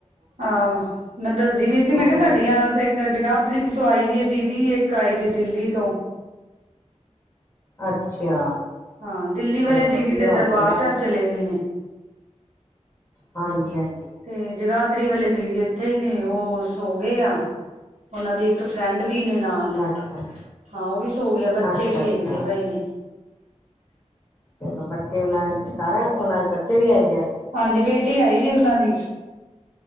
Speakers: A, on the right; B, on the left.
A: ਆਹ ਮੈਂ ਦੱਸਦੀ ਵੀ ਈ ਸੀ ਮੈਂ
B: ਹੋਰ
A: ਕਿਹਾ ਸਾਡੀਆਂ ਤੇ ਇੱਕ ਜਗਾ ਧਰੀ ਤੋਂ ਆਈ ਦੀ ਹੈ ਦੀਦੀ ਇੱਕ ਆਈ ਦੀ ਦਿੱਲੀ ਤੋਂ।
B: ਅੱਛਾ।
A: ਹਾਂ ਦਿੱਲੀ ਵਾਲੇ
B: ਚਲੋ
A: ਦੀਦੀ
B: ਵਧੀਆ
A: ਤੇ ਦਰਬਾਰ
B: ਹੋ ਗਈ ਲੈ
A: ਸਾਹਿਬ ਚਲੇ ਗਏ ਨੇ।
B: ਹਾਂਜੀ-ਹਾਂਜੀ।
A: ਤੇ। ਜਗਾਧਰੀ ਵਾਲੇ ਦੀਦੀ ਇੱਥੇ ਹੀ ਨੇ ਉਹ ਸੋ ਗਏ ਆ ਉਹਨਾਂ ਦੀ ਇੱਕ ਫਰੈਂਡ। ਵੀ ਨੇ ਨਾਲ
B: ਅੱਛਾ
A: ਹਾਂ ਉਹ ਵੀ ਸੋ ਗਿਆ ਬੱਚੇ
B: ਅੱਛਾ
A: ਖੇਲਦੇ
B: ਅੱਛਾ
A: ਪਏ ਨੇ।
B: ਚਲੋ ਬੱਚੇ ਉਹਨਾਂ ਦੇ ਸਾਰਿਆਂ ਉਹਨਾਂ ਦੇ ਬੱਚੇ ਵੀ ਆਏ ਦੇ ਆ।
A: ਹਾਂਜੀ ਬੇਟੀ ਆਈ ਦੀ ਉਹਨਾਂ ਦੀ।